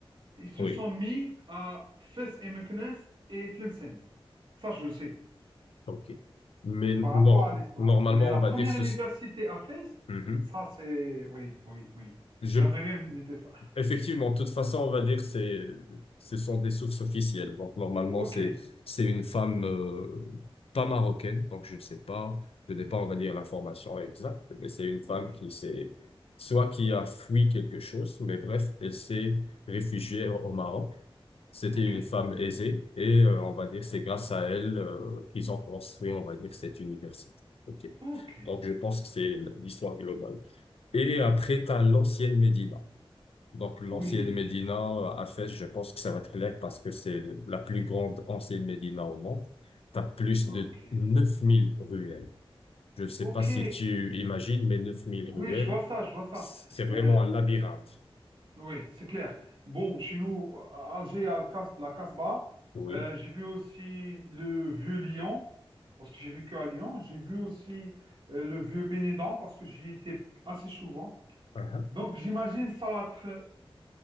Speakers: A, on the right; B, on the left.
A: ils se
B: Oui.
A: sont mis à Fès et Meknès et Tlemcen. Ça, je le sais,
B: Ok. Mais nor-
A: par rapport à l'histoire.
B: normalement,
A: Mais la
B: on va
A: première
B: dire ce.
A: université à Fès,
B: Mhm.
A: ça c'est... Oui, oui, oui.
B: Je,
A: J'aimerais bien visiter ça.
B: effectivement, de toute façon, on va dire c'est, ce sont des sources officielles. Donc normalement,
A: Ok,
B: c'est c'est une femme euh, pas marocaine. Donc je ne sais pas, je n'ai pas, on va dire l'information exacte, mais c'est une femme
A: ok,
B: qui s'est soit qui a fui quelque chose, mais bref, elle s'est réfugiée au au Maroc. C'était
A: ok,
B: une femme aisée et euh, on va dire c'est grâce à elle euh, qu'ils ont construit, on va dire, cette université. OK.
A: ok.
B: Donc je pense que c'est l'histoire globale. Et après, t'as l'ancienne Médina. Donc l'ancienne
A: Oui,
B: Médina euh, à Fès, je
A: oui,
B: pense que ça va être clair parce que c'est la plus grande ancienne Médina au monde. T'as plus
A: ok,
B: de 9000 ruelles. Je ne sais
A: ok.
B: pas si tu imagines, mais neuf mille
A: Oui,
B: ruelles,
A: je vois ça, je vois ça.
B: c'est vraiment
A: Euh,
B: un labyrinthe.
A: Oui, c'est clair. Bon, chez nous, à Alger, il y a le Cas- la Casbah.
B: Oui.
A: Euh, j'ai vu aussi le vieux Lyon, parce que j'ai vécu à Lyon. J'ai vu aussi euh, le vieux Bénédent, parce que j'y étais assez souvent.
B: Uh-huh.
A: Donc, j'imagine ça va être